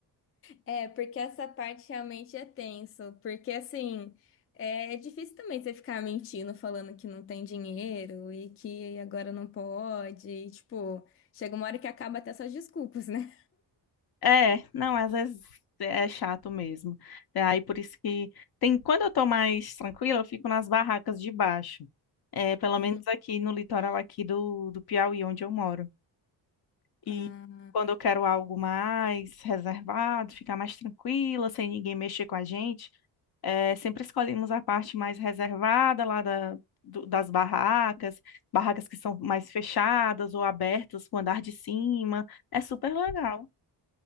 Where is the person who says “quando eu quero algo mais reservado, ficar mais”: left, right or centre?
Left